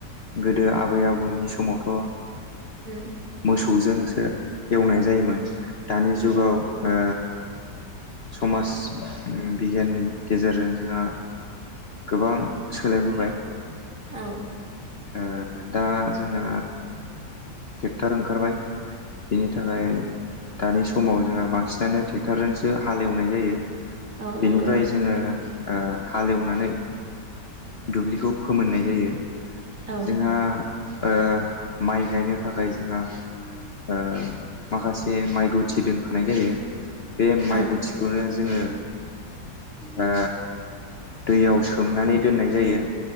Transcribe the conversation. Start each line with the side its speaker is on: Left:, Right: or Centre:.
Left: गोदो आबै आबौनि समावथ' ओ
Right: उम
Left: मोसौजोंसो एवनाय जायोमोन
Right: उम
Left: दानि
Right: उम
Left: जुगाव ओ समाज उम बिगियाननि गेजेरजों जोंहा गोबां सोलायबोबाय।
Right: औ
Left: ओ दा जोंहा टेक्टर ओंखारबाय। बेनि थाखाय
Right: औ
Left: दानि समाव जोंहा बांसिनानो टेक्टरजोंसो हालेवनाय जायो।
Right: औ नंगौ
Left: बेनिफ्राय जोङो ओ हालेवनानै दुब्लिखौ फोमोननाय जायो। जोंहा
Right: औ
Left: ओ माइ गायनो थाखाय जोंहा ओ माखासे माइ गुथि दोनफानाय जायो। बे माइ
Right: औ
Left: गुथिखौनो जोङो ओ दैयाव सोमनानै दोननाय जायो।